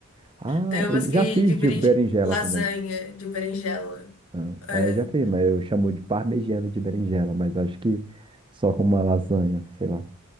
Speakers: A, on the right; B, on the left.
A: Ah,
B: Tem
A: eu
B: umas que
A: já fiz
B: de berin...
A: de berinjela
B: lasanha
A: também.
B: de berinjela.
A: Ah,
B: É.
A: É, eu já fiz, mas eu chamo de parmegiana de berinjela, mas acho que só com uma lasanha, sei lá.